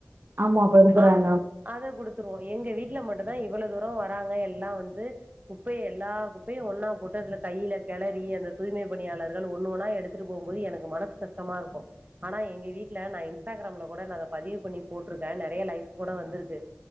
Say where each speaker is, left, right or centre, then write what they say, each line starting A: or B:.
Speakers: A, on the right (about 50°); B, on the right (about 35°).
A: ஆமா அப்ப இருக்கறாங்க.
B: ஆ அத குடுத்துருவோ எங்க வீட் ல மட்டு தா இவ்ளோ தூரம் வராங்க எல்லா வந்து குப்பைய எல்லா குப்பையும் ஒன்னா போட்டு அதுல கையில கெளறி அந்த தூய்மை பணியாளர்கள் ஒண்ணு ஒன்னா எடுத்துட்டு போம்போது எனக்கு மனசு கஷ்டமா இருக்கோ ஆனா எங்க வீட்ல நா இன்ஸ்டாகிராம்ல கூட நா அத பதிவு பண்ணி போட்டுருக்கே நெறைய லைக் கூட வந்துருக்கு